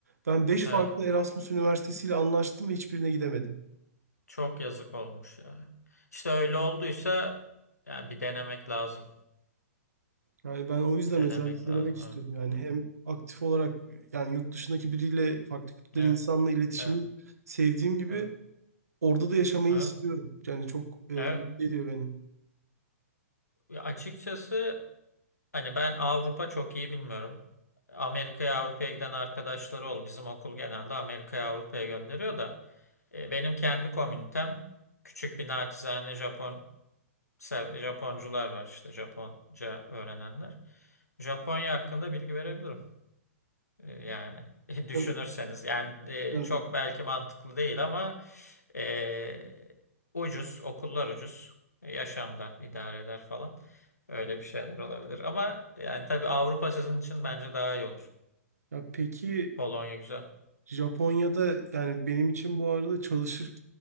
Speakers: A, on the right; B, on the left.
A: ben beş
B: evet.
A: farklı Erasmus üniversitesiyle anlaştım ve hiçbirine gidemedim.
B: Çok yazık olmuş ya. İşte öyle olduysa yani bir denemek lazım.
A: Yani ben o yüzden
B: Bir denemek
A: özellikle
B: lazım.
A: denemek istiyorum.
B: Evet,
A: Yani
B: evet,
A: hem aktif olarak yani yurt dışındaki biriyle farklı kültürden
B: evet,
A: insanla iletişimi
B: evet,
A: sevdiğim gibi
B: evet,
A: orada da yaşamayı
B: evet.
A: istiyorum. Yani çok e,
B: evet.
A: mutlu ediyor beni.
B: Ya açıkçası hani ben Avrupa çok iyi bilmiyorum. Amerika'ya Avrupa'ya giden arkadaşları ol. Bizim okul genelde Amerika'ya Avrupa'ya gönderiyor da e, benim kendi komünitem küçük bir naçizane Japon sev- Japoncular var işte Japonca öğrenenler. Japonya hakkında bilgi verebilirim. E, yani <laughs> düşünürseniz
A: Yani-
B: yani e,
A: yani-
B: çok belki mantıklı değil ama e, ucuz okullar ucuz E, yaşamda idare eder falan öyle bir şeyler olabilir ama yani tabii Avrupa sizin için bence daha iyi olur.
A: ya peki
B: Polonya güzel.
A: e, Japonya'da yani benim için bu arada çalışır